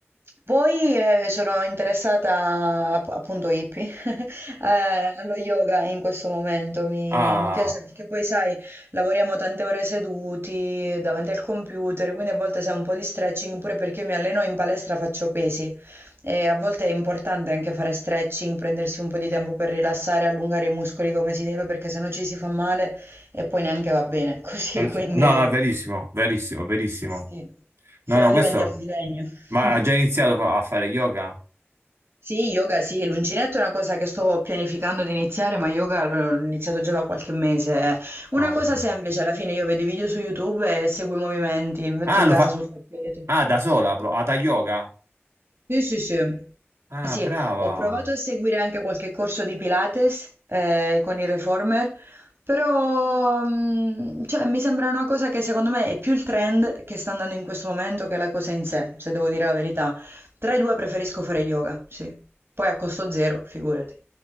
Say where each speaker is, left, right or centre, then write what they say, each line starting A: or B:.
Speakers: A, on the right; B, on the right.
A: Poi eh, sono interessata app- appunto hippie <laughs> eh, allo yoga in questo momento, mi,
B: <laughs>
A: mi piace
B: Ah.
A: perché poi sai, lavoriamo tante ore seduti davanti al computer, quindi a volte sai un po' di stretching pure perché io mi alleno in palestra, faccio pesi e a volte è importante anche fare stretching, prendersi un po' di tempo per rilassare, allungare i muscoli come si deve perché sennò ci si fa male e poi neanche va bene <laughs> così,
B: Eh,
A: quindi...
B: cioè- No, no, è verissimo, verissimo, verissimo.
A: Sì, se
B: No, no,
A: no
B: questo...
A: diventiamo di legno. <laughs>
B: Ma ha già iniziato fa- a fare yoga?
A: Sì, yoga sì, l'uncinetto è una cosa che sto pianificando di iniziare, ma yoga l'ho iniziato già da qualche mese. Una
B: Ah,
A: cosa
B: ok.
A: semplice, alla fine io vedo i video su YouTube e seguo i movimenti, mi metto
B: Ah,
A: in
B: lo
A: casa
B: fa...
A: sul tappeto.
B: Ah, da sola, bro. Hatha yoga?
A: Sì, sì, sì.
B: Ah,
A: Sì,
B: brava.
A: ho provato a seguire anche qualche corso di Pilates eh, con il Reformer, però mm, cioè, mi sembra una cosa che secondo me è più il trend che sta andando in questo momento che la cosa in sé, se devo dire la verità. Tra i due preferisco fare yoga, sì. Poi a costo zero, figurati.